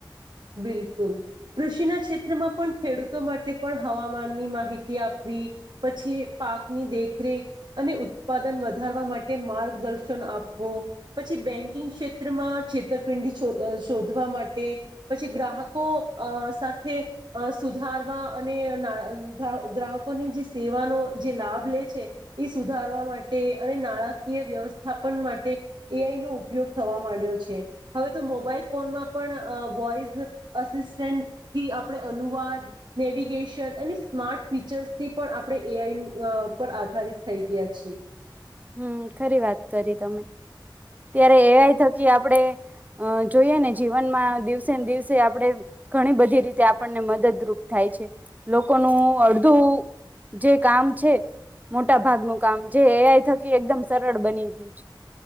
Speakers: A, on the right; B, on the right.
A: બિલકુલ કૃષિના ક્ષેત્રમાં પણ ખેડૂતો માટે પણ હવામાનની માહિતી આપવી પછી પાકની દેખરેખ અને ઉત્પાદન વધારવા માટે માર્ગદર્શન આપવું પછી બેંકિંગ ક્ષેત્રમાં છેતરપિંડી શોધ શોધવા માટે પછી ગ્રાહકો અ સાથે અ સુધારવા અને અ નાળ અ ગ્રાહ ગ્રાહકોની જે સેવાનો જે લાભ લે છે એ સુધારવા માટે તે અને નાણાકીય વ્યવસ્થાપન માટે એ આઈ નો ઉપયોગ થવા માંડ્યો છે હવે તો મોબાઈલ ફોનમાં પણ અ વોઈઝ અસિસ્ટન્ટથી આપણે અનુવાદ નેવિગેશન અને સ્માર્ટ ફીચર્સથી પણ આપણે એ આઈ ન અ પર આધારિત થઈ ગયા છીએ.
B: હમ ખરી વાત કરી તમે ત્યારે એ આઈ થકી આપડે અ જોઈએ ને જીવનમાં દિવસે ને દિવસે આપણે ઘણી બધી રીતે આપણને મદદરૂપ થાય છે લોકોનું અડધું જે કામ છે મોટા ભાગનું કામ જે એ આઈ થકી કે એકદમ સરળ બની ગ્યું છે.